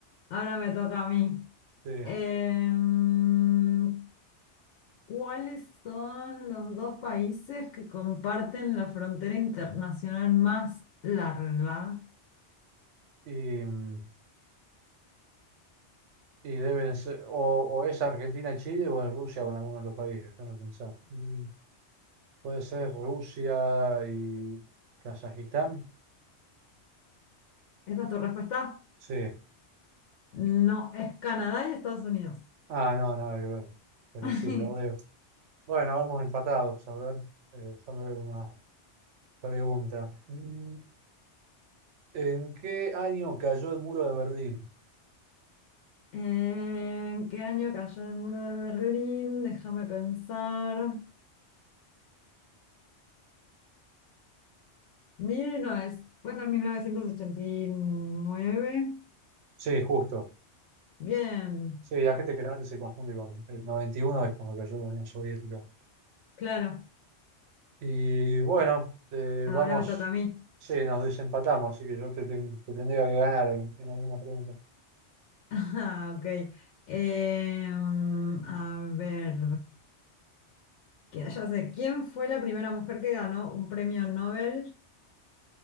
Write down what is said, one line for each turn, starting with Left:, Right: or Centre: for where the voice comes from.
Left: ahora me toca a mí.
Right: Sí.
Left: Em, ¿cuáles son los dos países que comparten la frontera internacional más larga?
Right: Y, mm, y deben ser, o, o es Argentina y Chile, o en Rusia, o en alguno de los países, déjame pensar. Mm. Puede ser Rusia y Kazajistán.
Left: ¿Esa es tu respuesta?
Right: Sí.
Left: No, es Canadá y Estados Unidos.
Right: Ah, no, nada que ver. Pero
Left: <laughs>
Right: sí, lo veo. Bueno, vamos empatados. A ver, eh, déjame ver una pregunta. Mm, ¿En qué año cayó el muro de Berlín?
Left: ¿En qué año cayó el muro de Berlín? Déjame pensar. 19, puede ser mil novecientos ochenta y nueve
Right: Sí, justo.
Left: Bien,
Right: Sí, la gente generalmente se confunde con el 91 es cuando cayó la Unión Soviética.
Left: claro.
Right: Y bueno, eh,
Left: Ahora
Right: vamos.
Left: me toca a mí.
Right: Sí, nos desempatamos, así que yo te, ten- te tendría que ganar en, en alguna pregunta.
Left: <laughs> Ah, Ok. Em, a ver, que ya sé, ¿quién fue la primera mujer que ganó un premio Nobel?